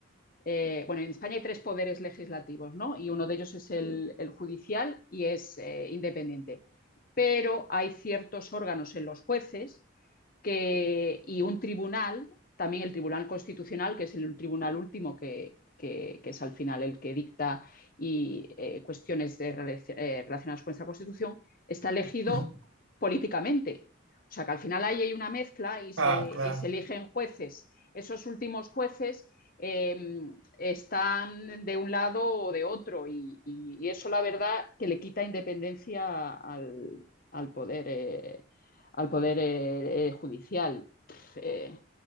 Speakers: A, on the left; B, on the right.
A: eh, bueno, en España hay tres poderes legislativos, ¿no? Y uno de ellos es Sí. el, el judicial y es eh, independiente. Pero hay ciertos órganos en los jueces. que, y un tribunal, también el Tribunal Constitucional, que es el tribunal último que, que, que es al final el que dicta y, eh, cuestiones de, eh, relacionadas con esta Constitución, está elegido
B: Ujú.
A: políticamente. O sea que al final ahí hay una mezcla y se,
B: Ah, claro.
A: y se eligen jueces. Esos últimos jueces eh, están de un lado o de otro y, y, y, eso la verdad que le quita independencia al, al poder eh, al poder eh, eh, judicial. Pff, eh,